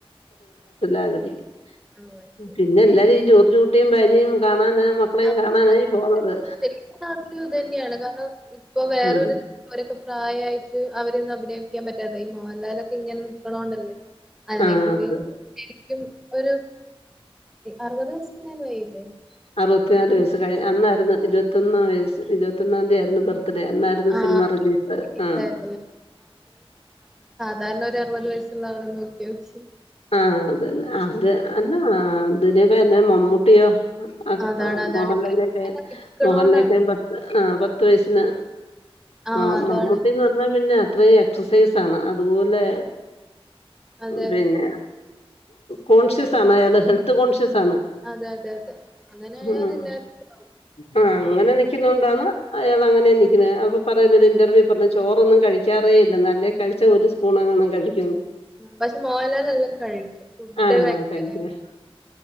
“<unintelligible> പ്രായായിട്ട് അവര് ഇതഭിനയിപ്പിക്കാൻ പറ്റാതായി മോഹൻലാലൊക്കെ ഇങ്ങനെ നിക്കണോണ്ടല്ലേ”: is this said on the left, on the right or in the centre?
Centre